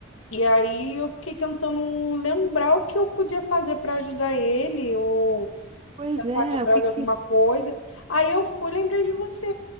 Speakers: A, on the left; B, on the right.
A: E aí eu fiquei tentando lembrar o que eu podia fazer para ajudar ele, ou
B: Pois
A: tentar
B: é,
A: lembrar
B: o que
A: de
B: que...
A: alguma coisa. Aí eu fui, lembrei de você.